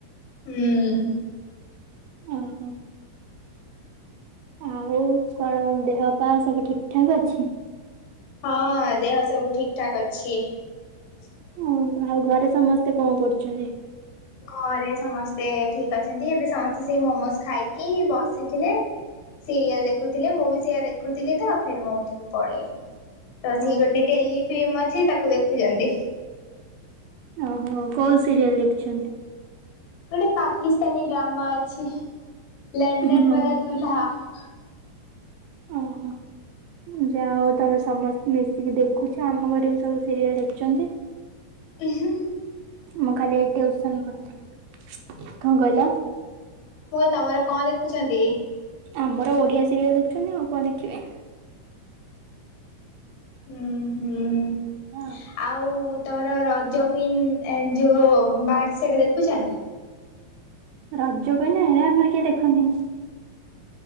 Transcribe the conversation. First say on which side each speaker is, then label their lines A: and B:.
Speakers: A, on the left; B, on the right.
A: ହୁଁ ।
B: ଓହୋ। ଆଉ କଣ ଦେହ ପା ସବୁ ଠିକ୍ ଠାକ୍ ଅଛି।
A: ହଁ ଅ ଦେହ ସବୁ ଠିକ୍ ଠାକ୍ ଅଛି ।
B: ଉ ଆଉ ଘରେ ସମସ୍ତେ କଣ କରୁଚନ୍ତି।
A: ଘରେ ସମସ୍ତେ ଠିକ୍ ଅଛନ୍ତି ଏବେ ସମସ୍ତେ ସେଇ ମୋମୋଜ ଖାଇକି ବସିଥିଲେ ସିରିଏଲ ଦେଖୁଥିଲେ ମୁଁ ବି ସେଇଆା ଦେଖୁଥିଲି ତ ଫେର ମୁଁ ଉଠିକି ପଳେଇଲି । ତ ସିଇ
B: ଓହୋ।
A: ଗୋଟେ ଟେଲି ଫିଇମ ସି ତାକୁ ଦେଖୁଛନ୍ତି।
B: ଓହୋ କୋଉ ସିରିଏଲ ଦେଖୁଛନ୍ତି।
A: ଗୋଟେ ପାକିସ୍ତାନୀ ଡ୍ରାମା ଅଛି। ଲଣ୍ଡନ
B: ହଁ।
A: ବାଲା ଦୁଲ୍ହାହା । <unintelligible>
B: ଓହୋ ମୁଯାହା ହଉ ତମେ ସମସ୍ତେ ମିଶିକି ଦେଖୁଛ ଆମ ଘରେ ବି ସବୁ ସିରିଏଲ ଦେଖୁଛନ୍ତି।
A: ଇ ହଁ ।
B: ମୁଁ ଖାଲି ଟିଉସନ କରିଥିଲି। ଖ ଅ କହିଲା।
A: ପୁଅ ତମର କଣ ଦେଖୁଛନ୍ତି?
B: ଆମର ଓଡିଆ ସିରିଏଲ ଦେଖୁଚନ୍ତି ଆଉ କଣ ଦେଖିବେ।
A: ହୁଁ ଉ ହୁଁ ଉ
B: ହଁ
A: ଆଉ ତମର ଜଗୁଉନ ଆଣ୍ଡ ଯୋଉ ବାସେସେଟଦେଖୁଛ ନା ।
B: ରଜ କନା ହେ ଆମର କିଏ ଦେଖନ୍ତିନି ।